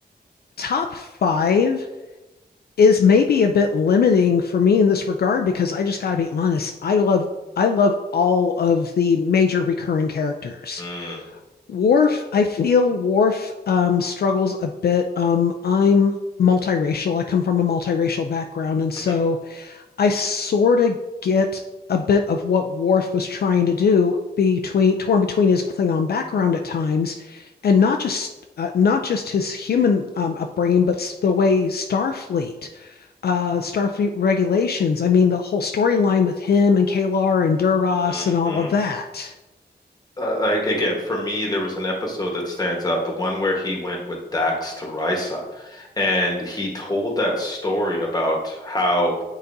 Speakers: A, on the left; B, on the left.
A: top five is maybe a bit limiting for me in this regard because I just got to be honest. I love I love all of the major recurring characters.
B: Mm-hmm,
A: Worf, I feel Worf um, struggles a bit. Um, I'm multiracial. I come from a multiracial background, and so
B: Mm-hmm.
A: I sort of get a bit of what Worf was trying to do between torn between his Klingon background at times, and not just uh, not just his human um, upbringing, but the way Starfleet, uh, Starfleet regulations. I mean, the whole storyline with him and Kalar and Duras
B: Mm-hmm.
A: and all of that.
B: Uh, like again, for me, there was an episode that stands out, the one where he went with Dax to Risa, and he told that story about how